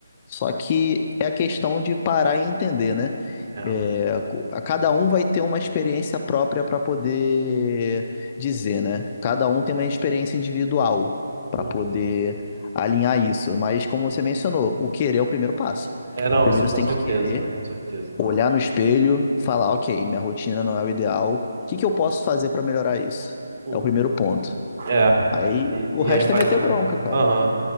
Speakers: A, on the left (about 20°); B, on the right (about 50°).
A: Só que é a questão de parar e entender, né?
B: é.
A: É, co- a cada um vai ter uma experiência própria para poder dizer, né? Cada um tem uma experiência individual para
B: Uhum.
A: poder alinhar isso. Mas como você mencionou, o querer é o primeiro passo.
B: É, não,
A: Primeiro
B: assim, com
A: você tem
B: certeza,
A: que querer,
B: com certeza.
A: olhar no espelho, falar, ok, minha rotina não é o ideal, o que que eu posso fazer para melhorar isso?
B: Hum,
A: É o primeiro ponto.
B: É.
A: Aí
B: E,
A: o
B: e
A: resto
B: aí faz
A: é meter
B: a,
A: bronca, cara.
B: aham,